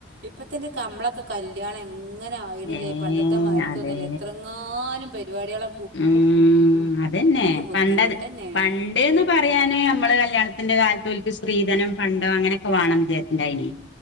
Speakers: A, on the right (about 65°); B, on the left (about 75°).
A: ഇപ്പ തന്നെ കമ്മളൊക്കെ കല്യാണം എ എങ്ങനെ ആയിണില്ലേ
B: ഏ
A: പണ്ടത്തെ മാര്ക്കുംന്നല്ല
B: അതെ
A: എത്രങ്ങാനും പരിപാടികളൊ
B: ഉം അതന്നെ
A: ബുദ്ധിമുട്ടെന്നേണ്
B: പണ്ടത് പണ്ട് ന്ന് പറയാന് നമ്മള് കല്യാണത്തിന്റെ കാലത്തോൽക്ക് സ്ത്രീധനം പണ്ടം അങ്ങനെയൊക്കെ വേണം വിജാരിക്കണ്ടായിനി